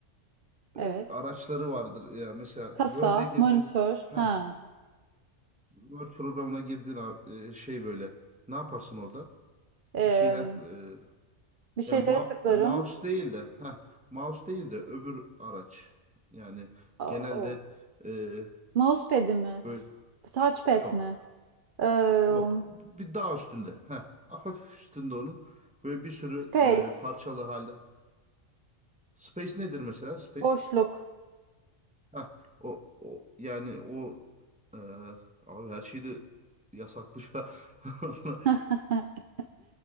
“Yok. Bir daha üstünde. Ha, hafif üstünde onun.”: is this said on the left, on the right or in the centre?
Centre